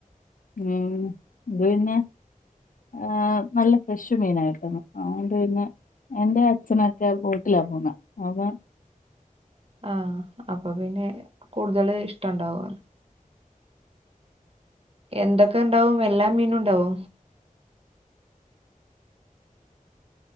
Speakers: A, on the left (about 70°); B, on the right (about 45°).
A: ഉം അത്പിന്ന ആ നല്ല ഫ്രഷ് മീനായിരുന്നു അതുകൊണ്ട്പിന്നെ എന്റെ അച്ഛനൊക്കെ ബോട്ടിലാ പോണ് അവ
B: ആ അപ്പൊ പിന്നെ കൂടുതല് ഇഷ്ടണ്ടാവോലൊ എന്തൊക്കെ ണ്ടാവും എല്ലാ മീനും ണ്ടാവോ